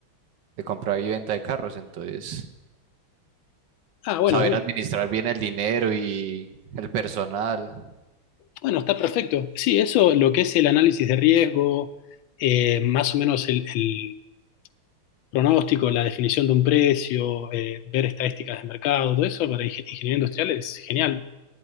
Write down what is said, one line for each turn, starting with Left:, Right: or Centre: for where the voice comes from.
Right: de compra y venta de carros, entonces
Left: Ah, bueno,
Right: saber
Left: bien.
Right: administrar bien el dinero y el personal.
Left: Bueno, está perfecto. Sí, eso lo que es el análisis de riesgo, eh, más o menos el, el pronóstico, la definición de un precio, eh, ver estadísticas de mercado, todo eso para ingen- ingeniería industrial es genial.